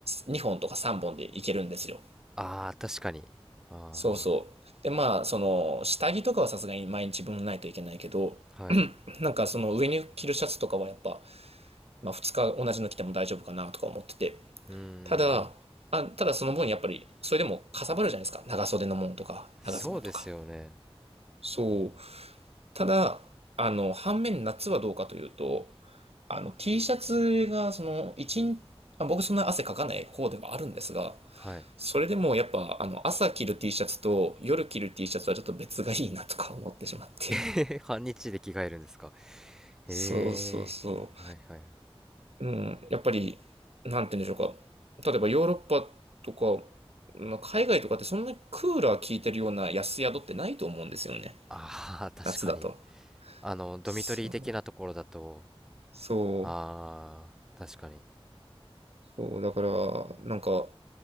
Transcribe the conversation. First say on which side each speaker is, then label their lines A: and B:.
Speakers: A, on the right; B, in the centre.
A: 2本とか3本で行けるんですよ。
B: ああ、確かに。あ
A: そうそう。で、まあ、その、下着とかはさすがに毎日分ないといけないけど、
B: あ、はい。
A: <clears throat> なんかその上に着るシャツとかはやっぱ、まあ2日同じの着ても大丈夫かなとか思ってて。
B: うーん、
A: ただ、あ、ただその分やっぱり、それでもかさばるじゃないですか。長袖のものとか、長ズボンとか。
B: そうですよね。
A: そう。
B: うん、
A: ただ、あの、反面夏はどうかというと、あの、T シャツがその、一日、まあ僕そんな汗かかない方ではあるんですが、
B: はい。
A: それでもやっぱ、あの、朝着る T シャツと夜着る T シャツはちょっと別がいいなとか思ってしまって。
B: <laughs> 半日で着替えるんですか。へえ、
A: そうそうそ
B: はいはい。
A: う。うん、やっぱり、なんて言うんでしょうか。例えばヨーロッパとか、まあ、海外とかってそんなにクーラー効いてるような安宿ってないと思うんですよね。
B: ああ、確かに。
A: 夏だと。
B: あの、ドミトリー的なところだと、
A: そう。そう。
B: ああ、確かに。
A: そう。だから、なんか、